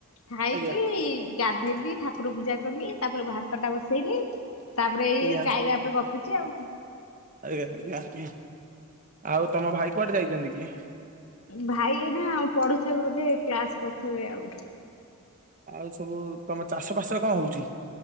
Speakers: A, on the left (about 75°); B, on the right (about 35°).
A: ଖାଇକି
B: ଆଜ୍ଞା
A: ଗାଧେଇଲି ଠାକୁର ପୂଜା କଲି ତାପରେ ଭ ଖତଟା ବସେଇଲି ତାପରେ ଏଇ
B: ଆଜ୍ଞା
A: ଗାଇରା ଉପରେ ଗପୁଛି ଆଉ।
B: ଆଜ୍ଞା ଆଜ୍ଞା ଆଜ୍ଞା ଆଉ ତମ ଭାଇ କୁଆଡେ ଯାଇଛନ୍ତି କି?
A: ଭାଇ ଏ ନା ଆଉ ପଢୁଥିବେ ବୋଧେ କ୍ଲାସ କରିୁଥିବେ ଆଉ।
B: ଆଉ ସବୁ ତମ ଚାଷ ଫସରେ କଣ ହଉଛି।